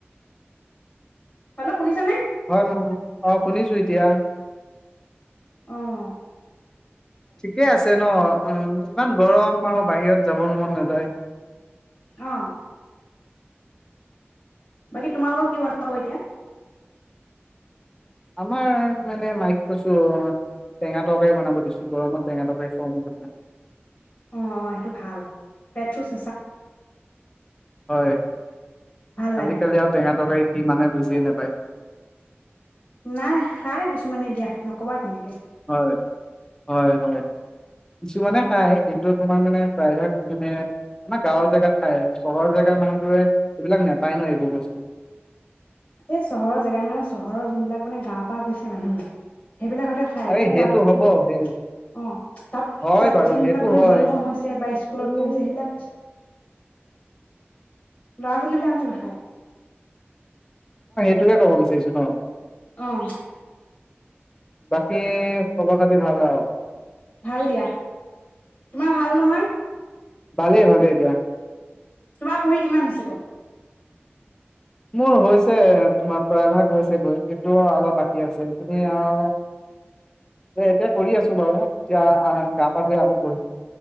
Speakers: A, on the left (about 45°); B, on the left (about 15°).
A: হেল্ল শুনিছা নে
B: হয় অ শুনিছো এতিয়া
A: অহ
B: ঠিকে আছে ন অ ইমান গৰম আৰু বাহিৰত যাবলৈ মন নাযায়
A: অ বাকী তোমালোকক কি বনাব এতিয়া
B: আমাৰ মানে মাইকে কৈছো টেঙা তৰকাৰী বনাব দিছো গৰমত টেঙা তৰকাৰী খাব মন গৈছে
A: অ অ সেইটো ভাল পেট চোচ
B: হয়
A: ভাল লাগে
B: আজিকালি
A: খাই
B: আৰু টেঙা তৰকাৰী কি মানে বুজিয়ে নাপায়।
A: নাই খাই কিছুমানে দিয়া নকবা তেনেকে
B: হয় হয় হয় কিছুমানে খায় কিন্তু তোমাৰ মানে প্ৰায় ভাগ মানে আমাৰ গাঁৱৰ জেগাত খাই চহৰৰ জেগা মানুহবোৰে এইবিলাক নাপায় ন এইবোৰ বস্তু
A: এই চহৰৰ জেগাত মানে চহৰৰ যোনবিলাক মানে গাৱৰ পৰা গৈছে মানুহ বিলাক সেইবিলাকহতে খায়
B: আৰে
A: কিন্তু
B: সেইটো
A: তাত
B: হ'ব সেই
A: অ তাত
B: হয়
A: তাত
B: বাৰু
A: যোনবিলাক
B: সেইটো
A: মানে
B: হয়
A: জন্ম হৈছে বা স্কুলত
B: কিন্তু
A: পঢ়িছে সেইবিলাক ল'ৰা ছোৱালী বিলাকনো নাখায়।
B: সেইটোহে ক'ব বিচাৰিছো ন
A: অহ
B: বাকী খবৰ খাতি ভাল আৰু
A: ভাল দিয়া তোমাৰ ভাল নহয়
B: ভালেই ভালেই দিয়া
A: তোমাৰ পঢ়ি কিমান হৈছে গ
B: মোৰ হৈছে তোমাৰ প্ৰায়ভাগ হৈছে গৈ কিন্তু অলপ বাকী আছে সিখিনি আৰু এ এতিয়া কৰি আছো বাৰু এতিয়া আহ গা পা ধুই আকৌ পঢ়ি